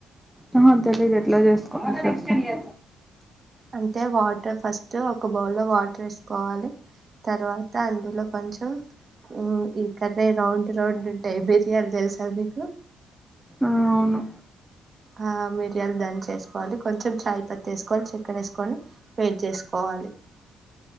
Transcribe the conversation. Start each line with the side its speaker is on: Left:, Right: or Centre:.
Centre: ఏమో తెలీయదు ఎట్లా చేసుకోవాలో చెప్పు
Right: అంటే వాటర్ ఫస్ట్ ఒక బౌల్లో వాటర్ వేసుకోవాలి తర్వాత అందులో కొంచెం ఉ ఈ కదే రౌండ్ రౌండ్ ఉంటై మీరియాల్ తెల్స అద్ మీకు
Centre: ఆ అవును
Right: ఆ మిరియాలు దన్ చేసుకోవాలి కొంచెం చాయ్ పత్తి వేసుకోవాలి చక్కెన వేసుకొని వేడ్ చేసుకోవాలి రి